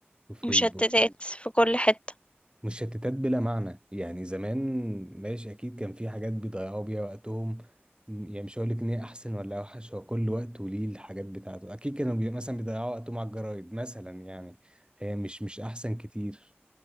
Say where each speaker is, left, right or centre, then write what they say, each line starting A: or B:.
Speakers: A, on the right (about 25°); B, on the left (about 30°).
A: وفيسبوك
B: مشتتات
A: و-
B: في كل حتة
A: مشتتات بلا معنى يعني زمان ماشي اكيد كان في حاجات بيضيعوا بيها وقتهم م- يعني مش هقول لك ان هي احسن ولا اوحش هو كل وقت وليه الحاجات بتاعته اكيد كانوا بي... مثلا بيضيعوا وقتهم على الجرايد مثلا يعني هي مش مش احسن كتير